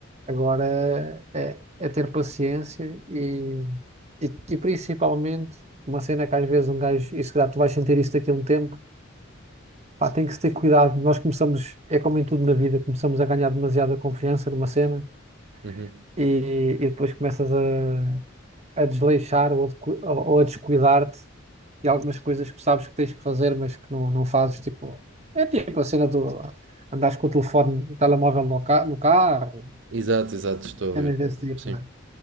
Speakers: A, on the right (about 35°); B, on the right (about 60°).
A: agora é, é ter paciência e, e, e principalmente uma cena que às vezes um gajo, isso dá, tu vais sentir isso daqui a um tempo, pá, tem que se ter cuidado. Nós começamos, é como em tudo na vida, começamos a ganhar demasiada confiança numa cena
B: Uhum.
A: e, e depois começas a, a desleixar ou a, decu- ou a descuidar-te e algumas coisas que sabes que tens que fazer, mas que não, não fazes, tipo, é tipo a cena do andares com o telefone, o telemóvel no, ca no carro,
B: Exato, exato, estou
A: cenas
B: a ver.
A: desse tipo,
B: Sim.
A: né?